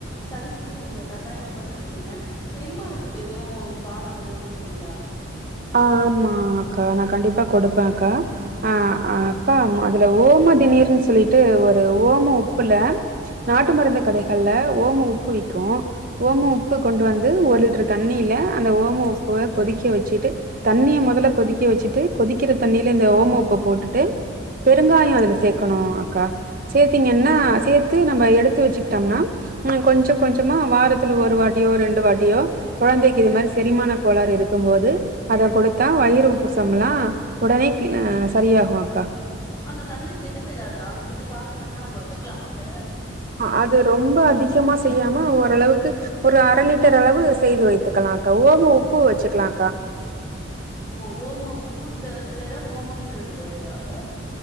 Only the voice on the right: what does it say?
ஆஹ் ஆமா அக்கா நான் கண்டிப்பா கொடுப்பேன் அக்கா அஹ் அக்கா அதுல ஓம திநீர்ன்னு சொல்லிட்டு ஒரு ஓம உப்புல நாட்டு மருந்து கடைகள்ல ஓம உப்பு விக்கும் ஓம உப்பு கொண்டு வந்து ஒரு லிட்டர் தண்ணியில அந்த ஓம உப்பு கொதிக்க வச்சுட்டு தண்ணிய மொதல்ல கொதிக்க வச்சுட்டு கொதிக்கிற தண்ணியில இந்த ஓம உப்ப போட்டுட்டு பெருங்காயம் அதுல சேக்கணும் அக்கா சேத்தீங்கன்னா சேத்து நம்ம எடுத்து வச்சுிட்டோம்னா உ கொஞ்சம் கொஞ்சமா வாரத்துல ஒரு வாட்டியோ ரெண்டு வாட்டியோ குழந்தைக்கு இது மாரி செரிமான கோளாறு இருக்கு இருக்கும்போது அத கொடுத்தா வயிறு உப்சம் யல்லாம் உடனே கஹ் சரியாகும் அக்கா
அது ரொம்ப அதிகமா செய்யா ம்ம ஓரளவுக்கு ஒரு அரை லிட்டர் அளவு செய்து வைத்துக்கலாம்க்கா ஒம உப்பு வச்சுக்கலாம்க்கா